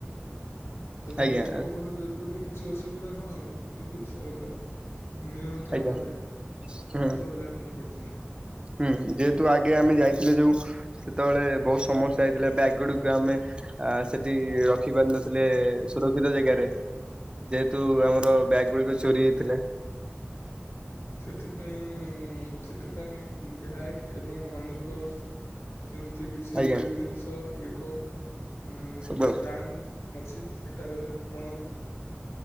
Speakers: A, on the left; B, on the right.
A: ଏବଂ
B: ଆଜ୍ଞା
A: ଲୋକଙ୍କର ଯେପରି କିଛି ଅସୁବିଧା ନହବ ସେପରି ସରକାର ନିୟନ୍ତ
B: ଆଜ୍ଞା
A: ଭାବେ
B: ହୁଁ
A: କାର୍ଯ୍ୟ ଉଲ୍ଲେଘନ କରିଛନ୍ତି।
B: ହୁଁ ଯେହେତୁ ଆଗେ ଆମେ ଯାଇଥିଲେ ଯୋଉ ସେତେବେଳେ ବହୁତ ସମସ୍ୟା ହେଇଥିଲା ବ୍ୟାଗ ଗୁଡକୁ ଆମେ ଅ ସେଠି ରଖି ପାରିନୁ। ଥିଲେ ସୁରକ୍ଷିତ ଜାଗାରେ ଯେହେତୁ ଆମର ବ୍ୟାଗ ଗୁଡିକ ଚୋରି ହେଇଥିଲା।
A: ସେଥିପାଇଁ ସେଥିପାଇଁ ବ୍ୟାଗ ଏବଂ ମନି ପର୍ସ ସେମିତି କିଛି
B: ଆଜ୍ଞା
A: ଜିନିଷ ଏକ ଉଁ
B: ହଁ
A: ଷଣ୍ଡେ ଅଛି ସେଠାରେ କଣ